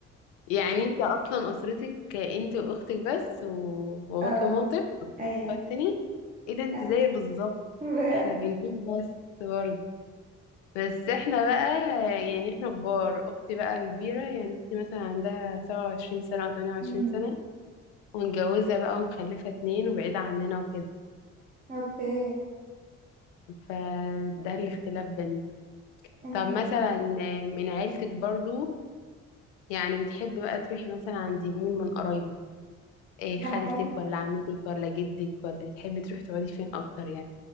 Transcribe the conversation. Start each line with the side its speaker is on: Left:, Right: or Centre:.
Left: يعني انت اصلا اسرتك انت واختك بس وباباك
Right: اه
Left: ومامتك
Right: ايوه
Left: والتاني ايه ده انت
Right: لأ،
Left: زي
Right: <laughs>
Left: بالظبط
Right: بجد
Left: احنا بنتين بس برضه بس احنا بقى يعني احنا كبار اختي بقى كبيرة يعني اختي مثلا عندها سبعة وعشرين سنة او تمانية وعشرين
Right: مم.
Left: سنة ومتجوزة بقى ومخلفة اتنين وبعيدة عننا وكده
Right: اوكي
Left: فده الاختلاف بيننا
Right: أم،
Left: طب مثلا من عيلتك برضو يعني بتحبي بقى تروحي مثلا عند مين من قرايبك إيه
Right: بحب
Left: خالتك ولا عمتك ولا جدك ولا تحبي تروحي تقعدي فين اكتر يعني